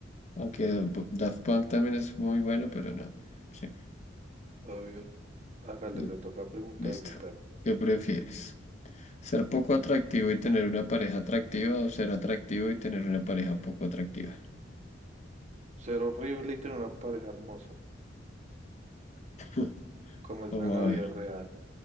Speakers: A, on the left; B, on the right.
A: Aunque Bo- Daft Punk también es muy bueno, pero no. Sí,
B: Obvio. Hágale,
A: L-
B: le toca preguntar
A: listo.
B: a mi perro.
A: ¿Qué prefieres? ¿Ser poco atractivo y tener una pareja atractiva o ser atractivo y tener una pareja poco atractiva?
B: Ser horrible y tener una pareja hermosa,
A: <laughs>
B: como es
A: Vamos
B: la en la vida
A: a ver.
B: real.